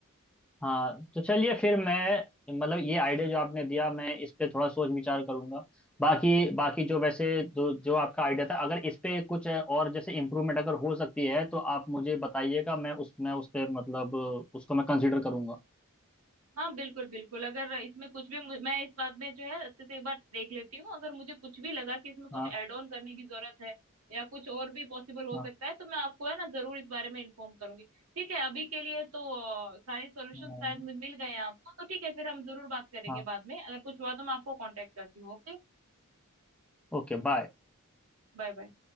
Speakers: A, in the centre; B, on the right (about 75°).
A: हाँ तो चलिए फिर मैं मतलब ये आइडिया जो आपने दिया मैं इस पे थोड़ा सोच विचार करूंगा बाकी बाकी जो वैसे जो जो आपका आइडिया था अगर इस पे कुछ है और जैसे इम्प्रूवमेंट अगर हो सकती है तो आप मुझे बताइएगा मैं उसमें उस पे मतलब उसको मैं कंसिडर करूंगा
B: हाँ बिल्कुल बिल्कुल अगर इसमें कुछ भी मु- मैं इस बात में जो है अच्छे से एक बार देख लेती हूँ अगर मुझे कुछ भी लगा कि इसमें कुछ
A: हाँ
B: एड ऑन करने की जरूरत है या कुछ और भी पॉसिबल हो
A: हाँ
B: सकता है तो मैं आपको है ना जरूर इस बारे में इन्फॉर्म करूंगी ठीक है अभी के लिए तो अ, सारे सॉल्यूशन
A: हाँ
B: शायद मिल मिल गए हैं आपको तो ठीक है फिर हम जरूर बात करेंगे
A: हाँ
B: बाद में अगर कुछ हुआ तो मैं आपको कांटेक्ट करती हूँ ओके
A: Okay bye
B: Bye bye